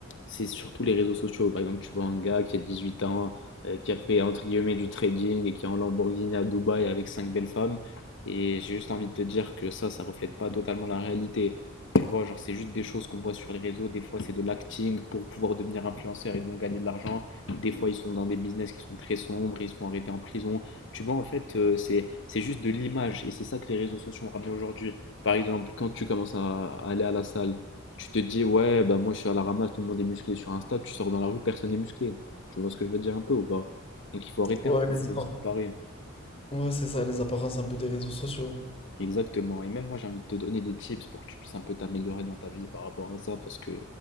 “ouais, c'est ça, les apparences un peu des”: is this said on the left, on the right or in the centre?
Left